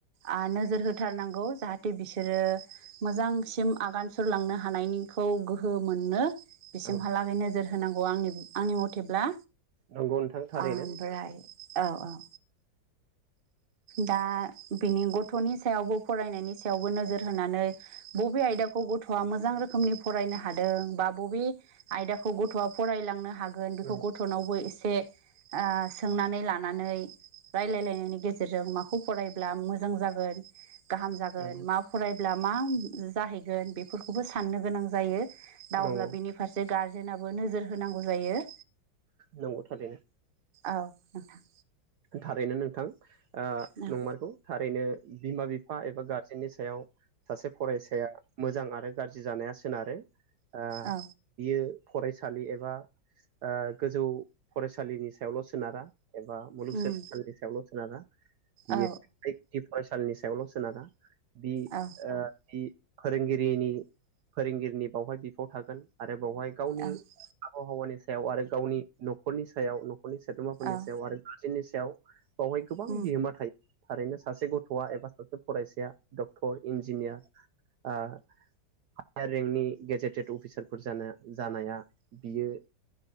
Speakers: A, on the right; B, on the right.
A: आ नोजोर होथारनांगौ जाहाथे बिसोरो मोजांसिम आगान सुरलांनो हानायनिखौ गोहो मोननो। बिसिमहालागै
B: औ
A: नोजोर होनांगौ आंनि आंनि मथेब्ला
B: नंगौ नोंथां थारैनो
A: ओमफ्राय औ औ दा बिनि गथ'नि सायावबो फरायनायनि सायावबो नोजोर होनानै बबे आयदाखौ गथ'आ मोजां रोखोमनि फरायनो हादों बा बबे आयदाखौ गथ'आ फरायलांनो हागोन बेखौ
B: नंगौ
A: गथ'नावबो एसे ओ सोंनानै लानानै रायलायलायनायनि गे गेजेरजों माखौ फरायब्ला मोजां जागोन गाहाम जागोन
B: नंगौ
A: मा फरायब्ला मा जाहैगोन बेफोरखौबो साननो गोनां जायो दा
B: नंगौ
A: अब्ला बेनि फारसे गारजेनाबो नोजोर होनांगौ जायो।
B: नंगौ थारैनो।
A: औ नोंथां।
B: थारैनो नोंथां ओ
A: नोंथां
B: नंमारगौ थारैनो बिमा बि फा एबा गारजेननि सायाव सासे फरायसाया मोजां आरो गाज्रि जानाया सोनारो। ओ
A: औ
B: बियो फरायसालि एबा ओ गोजौ फरायसालिनि सायावल' सोनारा एबा सोलोंथायनि
A: उम
B: सायावल' सोनारा बियो
A: औ
B: फरायसालिनि सायावल' सोनारा। बि
A: औ
B: ओ बि फोरोंगिरिनि फोरोंगिरिनि बावहाय बिफाव थागोन। आरो बेवहाय गावनि
A: औ
B: आबहावानि सायाव आरो गावनि न'खरनि सायाव नखरनि सोद्रोमाफोरनि
A: औ
B: सायाव आरो गार्जेननि सायाव बेवहाय गोबां
A: र'
B: बिहोमा थायो थारैनो सासे गथ'आ एबा सासे फरायसाया डक्टर इन्जिनियार ओ हायार रेंकनि गेजेटेड अफिसारफोर जानाया बियो